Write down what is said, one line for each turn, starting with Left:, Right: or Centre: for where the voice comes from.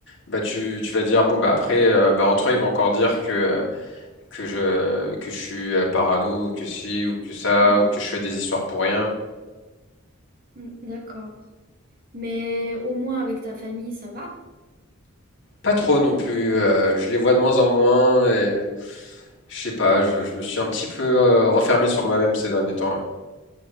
Left: bah tu, tu vas dire bon bah après, euh, bah entre eux ils vont encore dire que euh, que je que je suis euh, parano, ou que si ou que ça,
Right: Ouais.
Left: ou que je fais des histoires pour rien.
Right: Mm, D'accord. Mais au moins avec ta famille, ça va?
Left: Pas trop non plus. euh, je les vois de moins en moins et je sais pas. Je, je me suis un petit peu euh, renfermé sur moi-même ces derniers temps. hein.